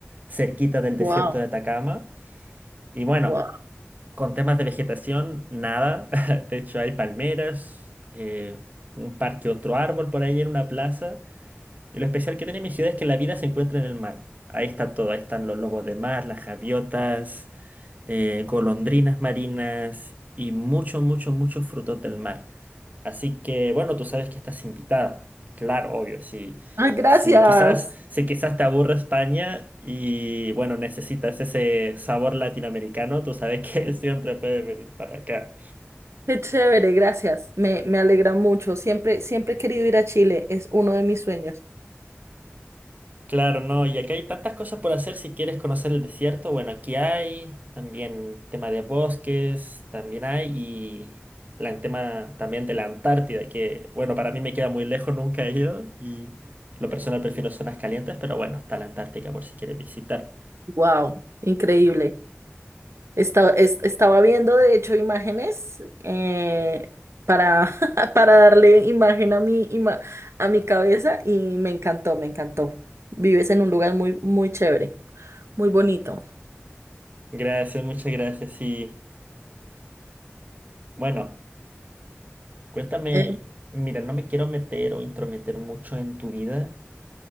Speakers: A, on the right; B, on the right.
A: cerquita del desierto
B: Wow,
A: de Atacama. Y bueno,
B: wow.
A: con temas de vegetación, nada. <laughs> De hecho, hay palmeras, eh, un parque, otro árbol por ahí en una plaza. Y lo especial que tiene mi ciudad es que la vida se encuentra en el mar. Ahí está todo, ahí están los lobos de mar, las javiotas, eh, golondrinas marinas y muchos, muchos, muchos frutos del mar. Así que, bueno, tú sabes que estás invitada. Claro, obvio, sí.
B: Ay, gracias.
A: Sí, quizás, si quizás te aburre España y bueno, necesitas ese sabor latinoamericano, tú sabes que <laughs> siempre puedes venir para acá.
B: Qué chévere, gracias. Me, me alegra mucho. Siempre, siempre he querido ir a Chile. Es uno de mis sueños.
A: Claro, no, y acá hay tantas cosas por hacer si quieres conocer el desierto. Bueno, aquí hay también tema de bosques, también hay, y la, el tema también de la Antártida, que bueno, para mí me queda muy lejos, <laughs> nunca he ido, y lo personal prefiero zonas calientes, pero bueno, está la Antártica por si quieres visitar.
B: Wow, increíble. Esta- es- estaba viendo, de hecho, imágenes eh, para, <laughs> para darle imagen a mi, ima- a mi cabeza y me encantó, me encantó. Vives en un lugar muy, muy chévere, muy bonito.
A: Gracias, muchas gracias, y bueno, cuéntame,
B: Eh,
A: mira, no me quiero meter o intrometer mucho en tu vida.